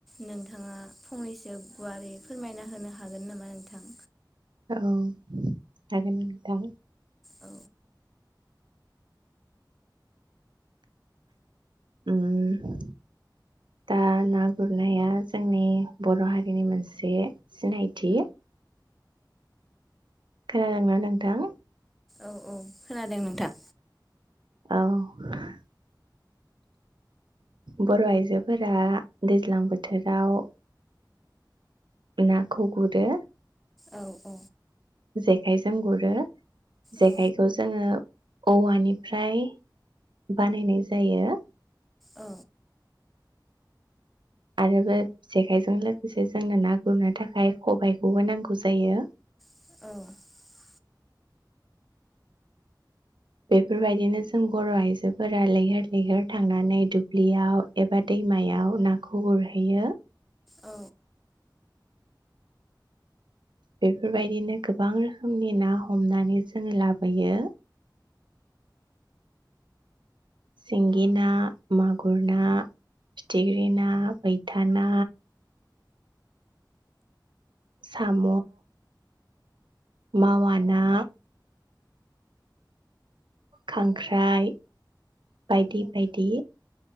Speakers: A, in the centre; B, on the right.
A: नोंथाङा फंनैसो गुवारै फोरमायना होनो हागोन नामा नोंथां
B: औ हागोन नोथां
A: औ
B: उम दा ना गुरनाया जोंनि बर हारिनि मोनसे सिनायथि खोनादोंना नोंथां
A: औ औ खोनादों नोंथां
B: औ बर आइजोफोरा दैज्लां बोथोराव नाखौ गुरो
A: औ औ
B: जेखाइजों गुरो जेखाइखौ
A: औ
B: जोङो औवानिफ्राय बानायनाय जायो
A: औ
B: आरोबो जेखाइजों लोगोसे जोंनो ना गुरनो थाखाय खबायाइखौबो नांगौ जायो
A: <inaudible>
B: बेफोरबायदिनो जों बर आइजोफोरा लैहोर लैहोर थांनानै दुब्लियाव एबा दैमायाव नाखौ गुरहैयो
A: औ
B: बेफोरबायदिनो गोबां रोखोमनि ना हमनानै जोङो लाबोयो सिंगि ना, मागुर ना, फिथिग्रि ना, बैथा ना साम, मावा ना खांख्राइ बायदि बायदि